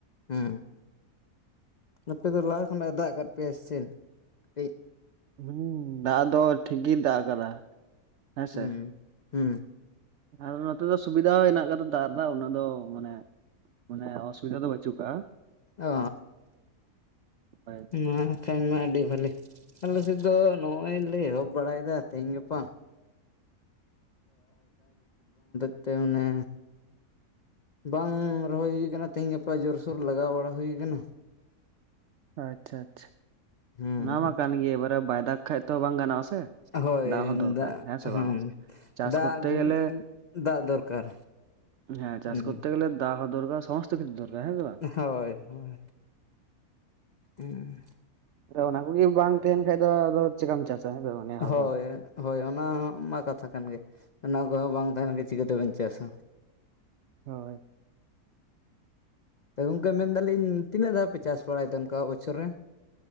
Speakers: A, on the left; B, on the right.
A: ᱦᱩᱸ ᱟᱯᱮ ᱫᱚ ᱞᱟᱦᱟ ᱠᱷᱚᱱᱟᱜ-ᱮ ᱫᱟᱜᱽ ᱠᱟᱫ ᱯᱮᱭᱟ ᱥᱮ ᱪᱮᱫ? ᱠᱟᱹᱴᱤᱡ
B: ᱦᱩᱸ ᱫᱟᱜ ᱫᱚ ᱴᱷᱤᱠ ᱜᱮᱭ ᱫᱟᱜ ᱟᱠᱟᱫᱟ ᱦᱮᱸ
A: ᱦᱩᱸ
B: ᱥᱮ᱾
A: ᱦᱩᱸ᱾
B: ᱟᱞᱮ ᱱᱚᱛᱮ ᱫᱚ ᱥᱩᱵᱤᱫᱷᱟ ᱦᱚᱸ ᱦᱮᱱᱟᱜ ᱟᱠᱟᱫᱟ᱾ ᱫᱟᱜ ᱨᱮᱫᱟᱜ ᱩᱱᱟᱹᱜ ᱫᱚ ᱢᱟᱱᱮ, ᱢᱟᱱᱮ ᱚᱥᱩᱵᱤᱫᱟ ᱫᱚ ᱵᱟᱹᱪᱩᱜ ᱟᱠᱟᱜ-ᱟ᱾
A: ᱚ
B: ᱚ
A: ᱦᱩᱸ᱾ ᱠᱷᱟᱱ ᱢᱟ ᱟᱹᱰᱤ ᱵᱟᱹᱞᱤ᱾ ᱟᱞᱮ ᱥᱮᱫ ᱫᱚ ᱱᱚᱜ-ᱚᱭᱞᱮ ᱮᱦᱚᱵ ᱵᱟᱲᱟᱭᱮᱫᱟ ᱛᱮᱦᱮᱧ ᱜᱟᱯᱟ᱾ ᱛᱚ ᱢᱟᱱᱮ, ᱵᱟᱝ ᱨᱚᱦᱚᱭ ᱦᱩᱭ ᱠᱟᱱᱟ᱾ ᱛᱮᱦᱮᱧ ᱜᱟᱯᱟ ᱡᱳᱨᱥᱳᱨ ᱞᱟᱜᱟᱣ ᱵᱟᱲᱟ ᱦᱩᱭ ᱠᱟᱱᱟ᱾
B: ᱟᱪᱪᱷᱟ ᱟᱪᱪᱷᱟ,
A: ᱦᱮᱸ
B: ᱚᱱᱟ ᱢᱟ ᱠᱟᱱ ᱜᱮ ᱮᱵᱟᱨᱮ ᱵᱟᱭ ᱫᱟᱜ ᱠᱷᱟᱱ ᱛᱚ ᱵᱟᱝ ᱜᱟᱱᱚᱜ-ᱟ ᱥᱮ᱾
A: ᱦᱳᱭ
B: ᱦᱚᱸ ᱫᱚᱨᱠᱟᱨ
A: ᱫᱟᱜ
B: ᱦᱮᱸ ᱥᱮ
A: ᱦᱚᱸ
B: ᱵᱟᱝ ᱪᱟᱥ
A: ᱫᱟᱜ
B: ᱠᱚᱨᱛᱮ
A: ᱫᱤᱱ
B: ᱜᱮᱞᱮ
A: ᱫᱟᱜ ᱫᱚᱨᱠᱟᱨ᱾
B: ᱦᱮᱸ ᱪᱟᱥ
A: ᱦᱩᱸ
B: ᱠᱚᱛᱛᱮ ᱜᱮᱞᱮ ᱫᱟᱜ ᱦᱚᱸ ᱫᱚᱨᱠᱟᱨ ᱥᱟᱦᱚᱸᱥ ᱠᱤᱪᱷᱩ ᱫᱚᱨᱟᱨ ᱦᱮᱸ ᱥᱮ ᱵᱟᱝ?
A: ᱦᱳᱭ ᱦᱳᱭ ᱦᱩᱸ᱾
B: ᱛᱚ, ᱚᱱᱟ ᱠᱩᱜᱮ ᱵᱟᱝ ᱛᱟᱦᱮᱱ ᱠᱷᱟᱡ ᱫᱚ ᱟᱫᱚ ᱪᱮᱠᱟᱢ ᱪᱟᱥᱟ ᱦᱮᱸ ᱥᱮ? ᱵᱟᱝ ᱱᱤᱭᱟᱹ ᱦᱟᱯ
A: ᱦᱳᱭ
B: ᱫᱚ
A: ᱦᱳᱭ, ᱚᱱᱟ ᱢᱟ ᱠᱟᱛᱷᱟ ᱠᱟᱱ ᱜᱮ᱾ ᱚᱱᱟ ᱠᱚᱦᱚᱸ ᱵᱟᱝ
B: ᱦᱩᱸ
A: ᱛᱟᱦᱮᱱ ᱠᱷᱟᱡ ᱪᱤᱠᱟᱹ ᱛᱮᱵᱮᱱ ᱪᱟᱥᱟ?
B: ᱦᱳᱭ᱾
A: ᱦᱮᱸ ᱜᱚᱝᱠᱮ ᱢᱮᱱᱫᱟᱞᱤᱧ ᱛᱤᱱᱟᱹᱜ ᱫᱷᱟᱣ ᱯᱮ ᱪᱟᱥ ᱵᱟᱲᱟᱭ ᱛᱮ ᱚᱱᱠᱟ ᱵᱚᱪᱷᱚᱨ ᱨᱮ?